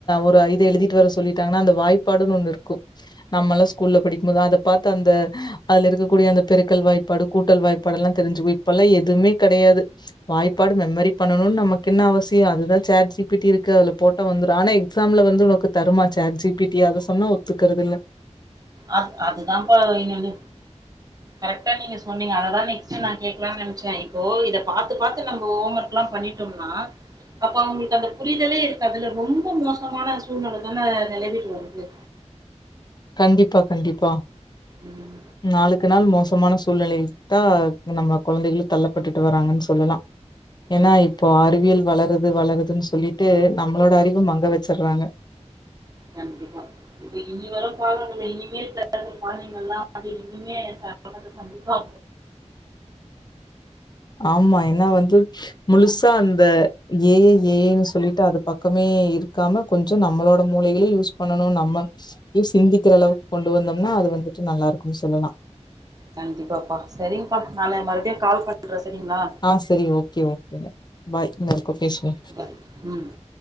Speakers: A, on the left (about 35°); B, on the right (about 30°).
A: ஒரு இத எழுதிட்டு வர சொல்லிட்டாங்கன்னா அந்தவாய்ப்பாடுன் ஒன்னுருக்கோ நம்மள்லா ஸ்கூல்ல படிக்குபோது அத பாத்து அந்த அதுல இருக்கக்கூடிய அந்த பெருக்கல் வாய்ப்பாடு கூட்டல் வாய்ப் பாடுல்லா தெரிஞ்சுக்வோ இப்பெல்லா எதுவ்மே கெடயாது வாய்ப்பாடு மெமரி பண்ணணுனு நமக்கு என்ன அவசியோ அதுதா சேட் ஜி பி டி இருக்கு அதுல போட்டா வந்துரு ஆனா எக்ஸாம்ல வந்து உனக்கு தருமா சார் ஜி பி டி அத சொன்னா ஒத்துக்கற்தில்ல
B: அத் அதுதாம்பா இன்னொன்னு கரெக்டா நீங்க சொன்னீங்க அததா நெக்ஸ்ட்டு நா கேட்லான் நெனச்ச இப்போ இத பாத்து பாத்து நம்ப ஹோம் ஒர்க் லாம் பண்ணிட்டோம்னா அப்ப அவுங்களுக்கு அந்த புரிதலே இருக்காதுல ரொம்ப மோசமான சூழ்நெலதான நெலவிட்டு வருது
A: கண்டிப்பா கண்டிப்பா
B: ம்
A: நாளுக்கு நாள் மோசமான சூழ்நிலைக் தா நம்ம கொழந்தைகளு தள்ளப்பட்டுட்டு வராங்கன் சொல்லலா ஏனா
B: ம்
A: இப்போ அறிவியல் வளருது வளருதுன் சொல்லிட்டு நம்மளோட அறிவ மங்க வச்சர்றாங்க
B: கண்டிப்பா இப்ப இனி வரும் காலங்கள்ள இனிமே <unintelligible> இனிமே <unintelligible> கண்டிப்பா
A: ஆமா என்னா வந்து முழுசா அந்த ஏ ஐ ஏ ஐனு சொல்லிட்டு அது பக்கமே இருக்காம கொஞ்சோ நம்மளோட மூளைகலே யூஸ் பண்ணணு நம்ம சிந்திக்கிற அளவுக்கு கொண்டு வந்தம்னா அது வந்துட்டு நல்லாருக்குன் சொல்லலா
B: கண்டிப்பாப்பா சரிங்கப்பா நாள மறுபடியு கால் பண்ற சரிங்களா
A: ஆ சரி ஓகே ஓகேங்க பாய் இன்னொருக்கா பேசுவோ
B: ம்